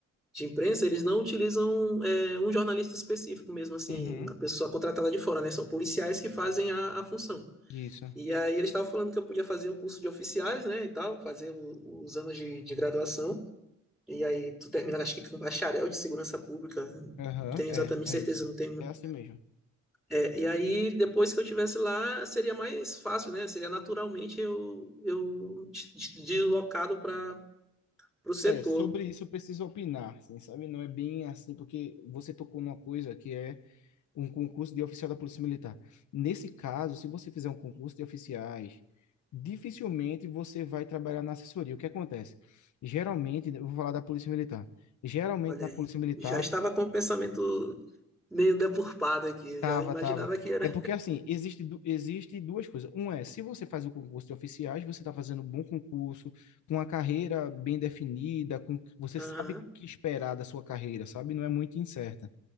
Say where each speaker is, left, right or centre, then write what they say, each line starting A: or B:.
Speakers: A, in the centre; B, on the left (about 75°).
A: de imprensa, eles não utilizam é, um jornalista específico mesmo, assim,
B: uhum,
A: uma pessoa contratada de fora, né? São policiais que fazem a, a função.
B: isso.
A: E aí eles estavam falando que eu podia fazer o curso de oficiais, né, e tal, fazer o- os anos de, de graduação. E aí tu termina, acho que com bacharel de segurança pública, não
B: Aham,
A: tenho
B: é,
A: exatamente
B: é
A: certeza,
B: isso.
A: não tenho.
B: É assim mesmo.
A: É, e aí depois que eu tivesse lá, seria mais fácil, né? Seria naturalmente eu, eu des- des- deslocado para o setor.
B: É, sobre isso eu preciso opinar, assim, sabe? Não é bem assim, porque você tocou numa coisa que é um concurso de oficial da Polícia Militar. Nesse caso, se você fizer um concurso de oficiais, dificilmente você vai trabalhar na assessoria. O que acontece? Geralmente, eu vou falar da Polícia Militar. Geralmente
A: Olha
B: na
A: aí,
B: Polícia Militar
A: já estava com o pensamento meio deturpado aqui, eu
B: Tava,
A: já imaginava
B: tava.
A: que era.
B: É porque assim, existe, du- existe duas coisas. Um é, se você faz o concurso de oficiais, você está fazendo um bom concurso, com a carreira bem definida, com você
A: Aham.
B: sabe o que esperar da sua carreira, sabe? Não é muito incerta.